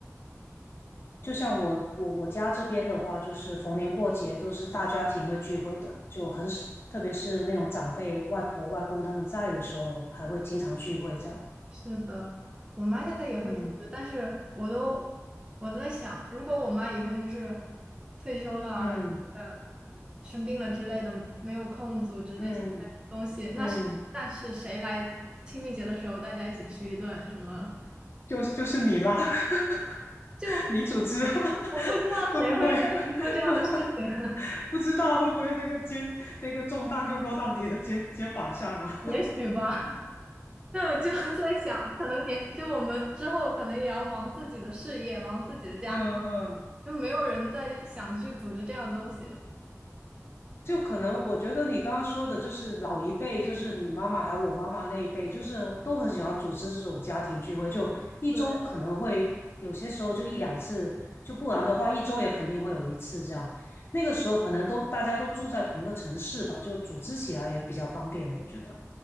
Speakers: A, on the left; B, on the right.
A: 就像我我我家这边的话，就是逢年过节都是大家庭会聚会的，就很少，特别是那种长辈、外婆、外公他们在的时候，还会经常聚会这样。
B: 是的，我妈现在也会组织，
A: 嗯
B: 但是我都我都在想，如果我妈以后就是退休了，
A: 嗯
B: 呃，生病了之类的，没有空组织这些东西，
A: 嗯
B: 那是那是谁来清明节的时候大家一起吃一顿什么？
A: 嗯，就就是你啦，<laughs>
B: 就
A: 你组织 <laughs>
B: 我不知道谁会再去做这样的事情
A: 会不会 <laughs> 不知道会不会那个肩那个重担就落到你的肩肩膀上啊？
B: <laughs> 也许吧。那我就 <laughs> 在想，可能年就我们之后可能也要忙自己的事业，忙自己的家庭，
A: <laughs> 嗯嗯。
B: 就没有人再想去组织这样的东西。
A: 就可能我觉得你刚刚说的，就是老一辈，就是你妈妈还有我妈妈那一辈，就是都很喜欢组织这种家庭聚会，就一周可能会有些时候就一两次，
B: 对。
A: 就不然的话一周也肯定会有一次这样。那个时候可能都大家都住在同个城市吧，就组织起来也比较方便，我觉得。